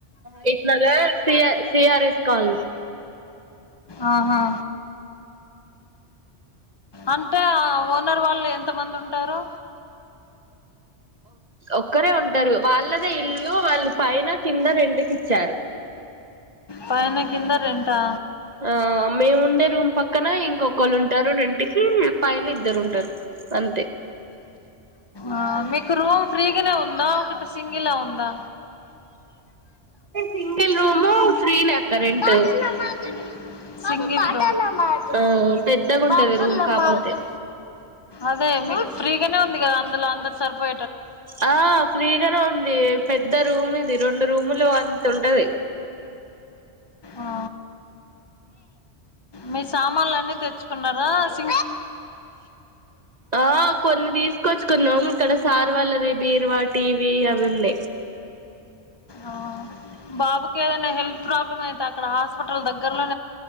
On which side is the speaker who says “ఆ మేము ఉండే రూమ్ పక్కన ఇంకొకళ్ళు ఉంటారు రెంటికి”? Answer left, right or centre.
Right